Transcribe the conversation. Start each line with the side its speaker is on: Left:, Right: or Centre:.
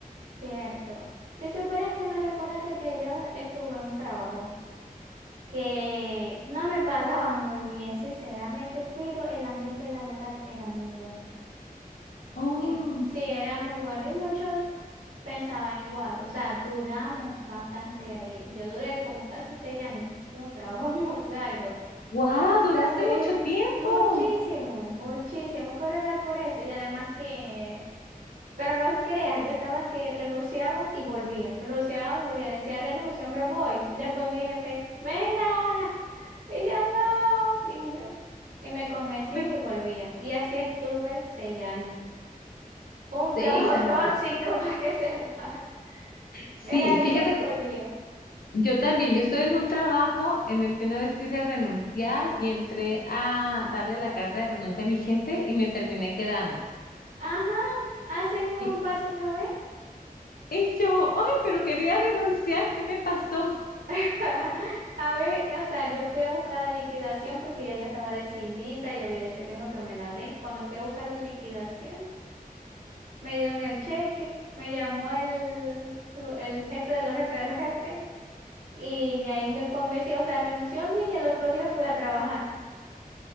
Right: Cierto. Si supieras que me recordaste que yo estuve en un trabajo que no me <laughs> pagaba muy bien, sinceramente, pero el ambiente laboral era muy bueno.
Left: Oh,
Right: Y, sí, era muy bueno y muchos pensaban igual. O sea, duramos bastante ahí. Yo duré como casi seis años, un trabajo <laughs> muy largo.
Left: wow, duraste
Right: Sí,
Left: mucho tiempo.
Right: muchísimo, muchísimo, pero era por eso. Y además que... Pero no creas, yo estaba que renunciaba y volvía, renunciaba y volvía, decía renuncio, me voy. Y después mi jefe, venga, y yo no, y yo, y me convencía
Left: Ay, voy.
Right: y volvía. Y así estuve seis años. Fue Un trabajo
Left: Seis años.
Right: <laughs> tóxico para que se vaya.
Left: Sí,
Right: Era
Left: fíjate
Right: iba y volvía.
Left: que yo también, yo estoy en un trabajo en el que una vez quise renunciar y entré a darle la carta de renuncia a mi jefe y me terminé quedando.
Right: Ajá, así mismo
Left: Y,
Right: me pasó una vez.
Left: y yo, ay, pero quería renunciar, ¿qué me pasó?
Right: <laughs> A ver, o sea, yo fui a buscar la liquidación porque ya yo estaba decidida, yo había dicho que no, que me la den. Cuando fui a buscar la liquidación, me dieron el cheque, me llamó el, su- el jefe de los jefes de los jefes y de ahí me convencí, o sea, renuncié un día y el otro día fui a trabajar